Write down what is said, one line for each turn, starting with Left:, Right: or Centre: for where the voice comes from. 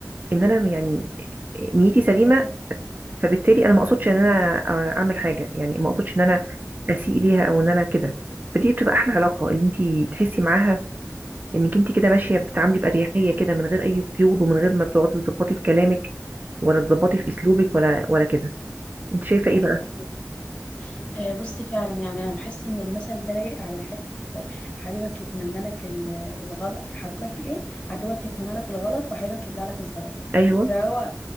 Right: ان انا يعني نيتي سليمه
Left: أوكي.
Right: فبالتالي انا ما اقصدش ان انا آه، اعمل حاجه يعني ما اقصدش ان انا اسيء ليها او ان انا كده فدي بتبقى احلى
Left: امم
Right: علاقه اللي انت تحسي معاها انك انت كده ماشيه بتتعاملي باريحيه كده من غير اي قيود ومن غير ما بتقعدي تظبطي في كلامك ولا تظبطي في اسلوبك ولا ولا كده انت شايفه ايه
Left: ايوه
Right: بقى
Left: فاهمة. آه، بصي فعلا يعني انا بحس ان المثل ده لايق على حته آه، حبيبك يتمنى لك ال- الغلط حبيبك ايه عدوك يتمنى لك الغلط وحبيبك يبلع لك الزلط
Right: ايوه
Left: فهو